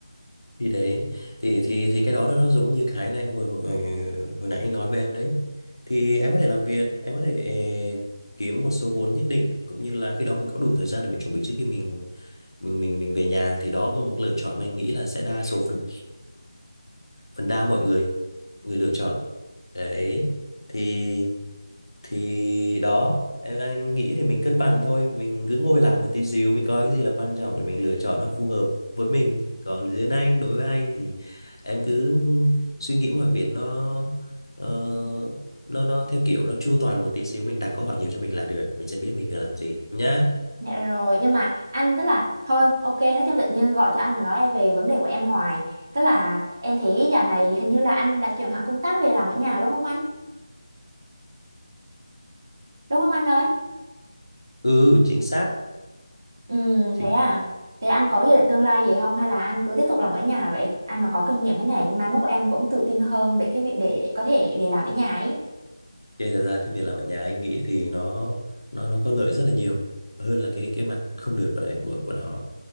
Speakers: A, on the left; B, on the right.
A: thì đấy thì thì thì cái đó là nó giống như cái này hồi hồi hồi nãy anh nói với em đấy thì em có thể làm việc em có thể eh, kiếm một số vốn nhất định cũng như là khi đó mình có đủ thời gian để mình chuẩn bị trước khi mình mình mình mình về nhà thì đó có một lựa chọn mà anh nghĩ là sẽ đa số phần phần đa mọi người người lựa chọn đấy thì thì đó em anh nghĩ thì mình cân bằng thôi mình cứ ngồi lại một tí xíu mình coi cái gì là quan trọng để mình lựa chọn nó phù hợp với mình còn riêng anh đối với anh thì em cứ suy nghĩ mọi việc nó ờ, nó nó theo kiểu nó chu toàn một tí xíu mình đặt câu hỏi nhiều cho mình là được mình sẽ biết mình cần làm gì nhá
B: Dạ rồi nhưng mà anh tức là thôi ok nói chung tự nhiên gọi cho anh mà nói về vấn đề của em hoài tức là em thấy giờ này hình như là anh đã chuyển hẳn công tác về làm ở nhà đúng không anh đúng không anh ơi
A: ừ chính xác
B: Ừ,
A: chính
B: thế à?
A: xác
B: Thế anh có dự định tương lai gì không hay là anh cứ tiếp tục làm ở nhà vậy? Anh mà có kinh nghiệm cái này nhưng mai mốt em cũng tự tin hơn để cái việc để, để có thể về làm ở nhà ấy.
A: Thế thật ra cái việc làm ở nhà anh nghĩ thì nó nó nó có lợi rất là nhiều hơn là cái cái mặt không được của đấy của của nó